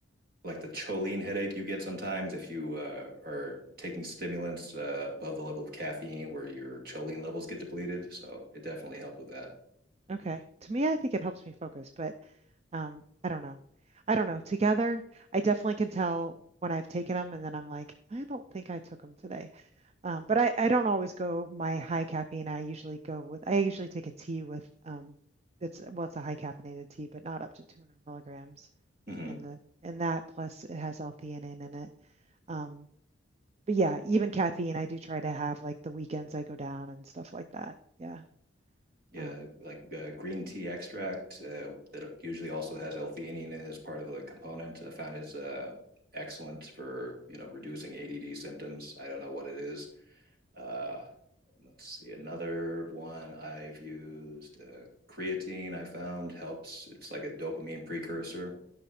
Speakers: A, on the right (about 50°); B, on the right (about 35°).
A: like the choline headache you get sometimes if you uh, are taking stimulants uh, above the level of caffeine where your choline levels get depleted. So it definitely helped with that.
B: Okay. To me, I think it helps me focus, but um, I don't know. I don't know. Together, I definitely can tell when I've taken them and then I'm like, I don't think I took them today. Um, but I, I don't always go my high caffeine. I usually go with, I usually take a tea with, um, it's, well, it's a high caffeinated tea, but not up to 200 milligrams.
A: hmm
B: And the, and that plus it has L-theanine in it. Um, but yeah, even caffeine, I do try to have like the weekends I go down and stuff like that. Yeah.
A: Yeah,
B: Um,
A: like uh, green tea extract uh, that usually also has L-theanine as part of a component. I found it's uh, excellent for, you know, reducing ADD symptoms. I don't know what it is. Uh, let's see, another one I've used, uh, creatine I found helps. It's like a dopamine precursor.